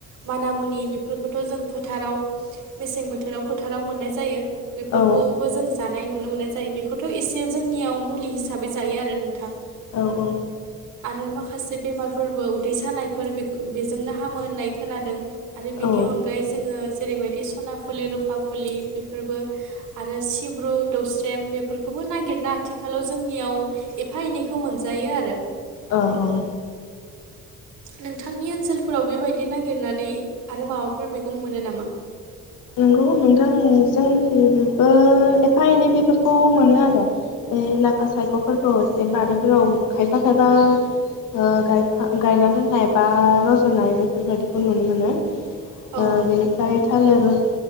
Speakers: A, on the right (about 80°); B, on the left (about 90°).
A: माना मुनि बेफोरखौथ' जों फोथाराव मेसें बोथोराव फोथार फोथाराव मोननाय जायो बेफोरखौबो
B: औ
A: जों जानाय नुनो मोननाय जायो बेखौथ' एसे जोंनियाव मुलि हिसाबै जायो आरो नोंथां
B: औ औ
A: आरो माखासे बेमारफोरबो उदै सानायफोर बेजोंनो हामो होननाय खोनादों आरो बेनि
B: औ
A: अनगायै जोङो जेरैबायदि सना फुलि रुफा फुलि बेफोरबो आरो सिब्रु दौस्रेम बेफोरखौबो नागिरना आथिखालाव जोंनियाव एफा एनैखौ मोनजायो आरो
B: औ औ
A: नोंथांनि ओनसोलफोराव बेबायदि नागिरनानै आरो माबाफोर मैगं मोनो नामा?
B: नंगौ नोंथां जोंनिखि बो एफा एनै बेफोरखौ मोनो आरो इ लाफा सायख'फोरखौ एसे बारिफोराव खायफा खायफा ओ गायफा गायना दोननाय बा रज'नाय बेफोरबायाददिखौ नुनो मोनो
A: औ
B: ओ बेनिफ्राय थालारु